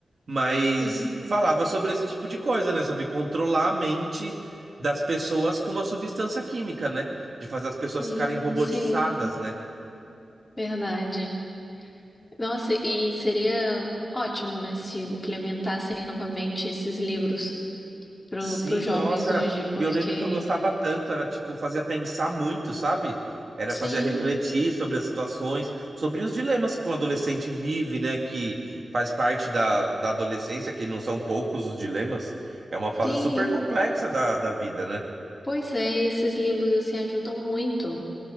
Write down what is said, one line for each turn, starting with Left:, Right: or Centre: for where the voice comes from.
Right: mas
Left: Uhum.
Right: falava sobre esse tipo de coisa, né? Sobre controlar a mente das pessoas com uma substância química, né? De fazer as pessoas
Left: Sim,
Right: ficarem robotizadas,
Left: sim,
Right: né?
Left: verdade. Nossa, e seria ótimo, né, se implementassem novamente esses livros para
Right: Sim,
Left: os jovens
Right: nossa,
Left: hoje,
Right: era.
Left: porque
Right: E eu lembro que eu gostava tanto, era tipo, fazia pensar muito, sabe? Era
Left: sim,
Right: fazer refletir sobre as situações, sobre os dilemas que um adolescente vive, né? Que faz parte da, da adolescência, que não são poucos os dilemas. É uma fase
Left: sim,
Right: super complexa da, da vida, né?
Left: pois é, esses livros assim ajudam muito.